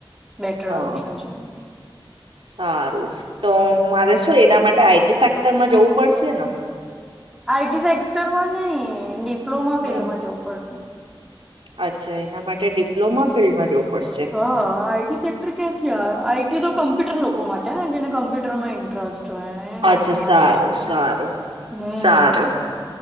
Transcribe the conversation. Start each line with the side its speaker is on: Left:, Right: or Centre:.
Centre: બેટર
Right: હા,
Centre: ઓપ્શન છે
Right: સારું તો મારે શું એના માટે આઈ ટી સેક્ટરમાં જવું પડશે ને
Centre: આઈ ટી સેક્ટરમાં નહી ડિપ્લોમા ફિલ્ડમાં
Right: હમ
Centre: જવું પડશે
Right: અચ્છા એના માટે ડિપ્લોમા ફિલ્ડમાં જવું પડશે
Centre: હા આઈટી સેક્ટર ક્યાંથી આવે આઈટી તો કમ્પ્યુટર લોકો <unintelligible> માટે ને જેને કમ્પ્યુટર માં ઇન્ટરેસ્ટ હોય એ
Right: અચ્છા
Centre: લોકો માટે
Right: સારું, સારું,
Centre: હમ
Right: સારું